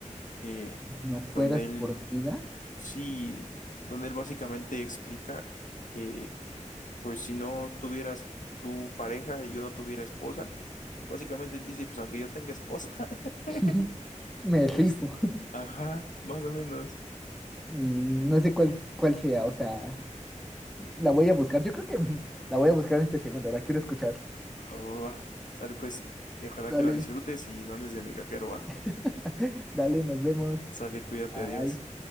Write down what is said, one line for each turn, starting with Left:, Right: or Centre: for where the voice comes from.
Left: Eh,
Centre: No fueras
Left: donde él
Centre: por mi vida.
Left: Sí, donde él básicamente explica que, pues, si no tuvieras tu pareja y yo no tuviera esposa, básicamente él dice, pues, aunque yo tenga esposa, <laughs>
Centre: <laughs> Me rifo.
Left: es,
Centre: <laughs>
Left: ajá, más o menos,
Centre: Mm, No sé cuál, cuál sea, o sea, la voy a buscar. Yo creo que <laughs> la voy a buscar en este segundo. La quiero escuchar.
Left: va, va, va, sale pues, y ojalá
Centre: Dale.
Left: que la disfrutes y no andes de migajero, va,
Centre: <laughs> Dale, nos vemos.
Left: sale, cuídate,
Centre: Bye.
Left: adiós.